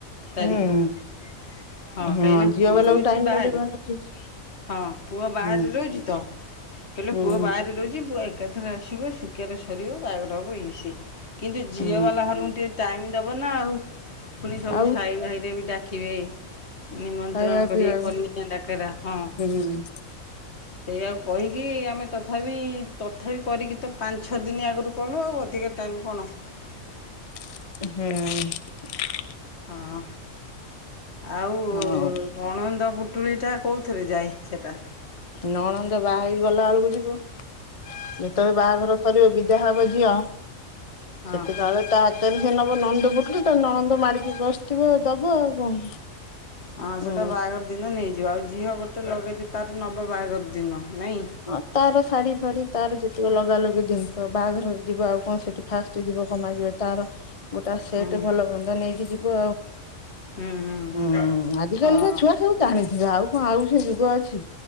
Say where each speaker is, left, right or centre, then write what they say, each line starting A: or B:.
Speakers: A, on the left; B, on the left.
A: ତାରିଖ
B: ହୁଁ
A: ହଁ
B: ହଁ
A: କାହିଁକିନା
B: ଝିଅ
A: ପୁଅ
B: ବାଲାକୁ
A: ରହୁଛି
B: ଟାଇମ
A: ବାହାରେ।
B: ମିଳିବନି ଠିକ୍ ସେ।
A: ହଁ ପୁଅ ବାହାରେ
B: ହୁଁ
A: ରହୁଛି ତ, କହିଲେ
B: ହୁଁ
A: ପୁଅ ବାହାରେ ରହୁଛି। ପୁଅ ଏକାଥରେ ଆସିବ, ଶୁଖାରେ ସରିବ ବାହାଘର ହବ ଇଏ ସିଏ କିନ୍ତୁ ଝିଅ
B: ହୁଁ
A: ବାଲା ଘର ଟିକେ ଟାଇମ ଦବ ନା ଆଉ। ପୁଣି ସବୁ
B: ଆଉ
A: ସାଇ ଭାଇରେ ବି ଡାକିବେ, ନିମନ୍ତ୍ରଣ
B: ଖାଇବା
A: କରିବେ
B: ପିଇବାକୁ
A: କନ୍ୟା ଡାକରା। ହଁ
B: ହୁଁ ହୁଁ।
A: ସେଇ ଆଉ କହି ଆମେ ତଥାପି, ତଥାପି କରିକି ତ ପାଞ୍ଚ ଛଅ ଦିନ ଆଗରୁ କଲୁ ଆଉ ଅଧିକା ଟାଇମ୍ କଣ? <unintelligible>
B: ହୁଁ। <unintelligible>
A: ହଁ ଆଉ
B: ହଉ
A: ନଣନ୍ଦ ପୁ ଟୁଳି ଟା କୋଉଥିରେ ଯାଏ ସେଟା?
B: ନଣନ୍ଦ ବାହା ହେଇକି ଗଲା ବେଳକୁ ଯିବ, ଯେତେବେଳେ ବାହାଘର ସରିବ ବି ଦା ହେବ ଝିଅ,
A: ହଁ।
B: ସେତେ କଳେ ତା ହାତରେ ସେ ନ ନଣନ୍ଦ ପୁଟୁଳୀ, ତ ନଣନ୍ଦ ମାରିକି ବସିଥିବ, ଦବ ଆଉ କଣ।
A: ହଁ
B: ହୁଁ
A: ସେଟା ବାହାଘର ଦିନ ନେଇଯିବ ଆଉ ଝିଅ ଗୋଟେ ଲଗେଜ ତାର ନବ ବାହାଘର ଦିନ। ନାଇଁ।
B: ହଁ ତାର ଶାଢୀ ଫାଢୀ ତାର ଯେତିକ ଲଗାଲଗି ଜିନିଷ ବାହାଘର ଯିବ ଆଉ କଣ ସେଠି ଫାଷ୍ଟ ଯିବତାର <unintelligible> ଗୋଟେ ସେଟ୍
A: ହୁଁ।
B: ଭଲ ଗନ୍ଧ ନେଇକି ଯିବ।
A: ହୁଁ ହୁଁ
B: ହଁ ଆଜିକାଲିର
A: ହଁ
B: ଛୁଆ ସବୁ ଜାଣିଥିବ ଆଉ ଣ ଆଉ ସେ ଯୁଗ ଅଛି,